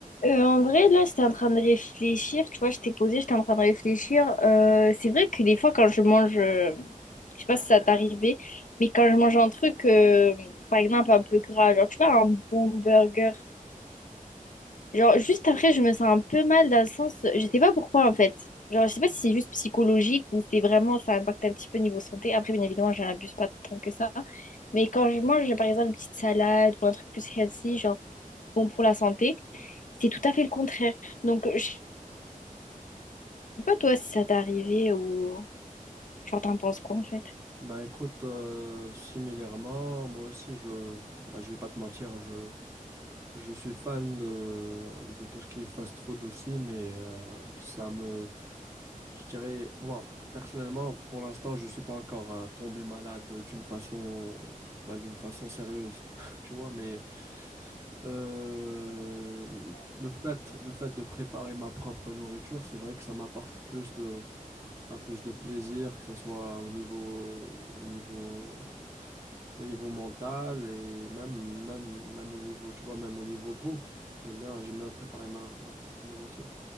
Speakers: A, on the left (about 65°); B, on the right (about 20°).
A: Euh, en vrai, là, j'étais en train de réfléchir. Tu vois, j'étais posée, j'étais en train de réfléchir. Euh, c'est vrai que des fois, quand je mange, euh, je sais pas si ça t'est arrivé, mais quand je mange un truc, euh, par exemple, un peu gras, genre, tu vois, un bon burger, genre, juste après, je me sens un peu mal dans le sens, je sais pas pourquoi, en fait. Genre, je sais pas si c'est juste psychologique ou c'est vraiment, ça impacte un petit peu niveau santé. Après, bien évidemment, j'en abuse pas tant que ça. Mais quand je mange, par exemple, une petite salade ou un truc plus healthy, genre, bon pour la santé, c'est tout à fait le contraire. Donc, je sais pas toi si ça t'est arrivé ou genre t'en penses quoi en fait?
B: Ben écoute, euh, similairement, moi aussi, je, ben, je vais pas te mentir, je, je suis fan de, de tout ce qui est fast-food aussi, mais euh, ça me, je dirais, moi, personnellement, pour l'instant, je suis pas encore euh, tombé malade d'une façon, ben, d'une façon sérieuse, <laughs> tu vois, mais euh, le fait, le fait de préparer ma propre nourriture, c'est vrai que ça m'apporte plus de, ben, plus de plaisir, que ce soit au niveau, au niveau au niveau mental et même, même, même au niveau, tu vois, même au niveau goût. J'aime bien, j'aime bien préparer ma, ma propre nourriture.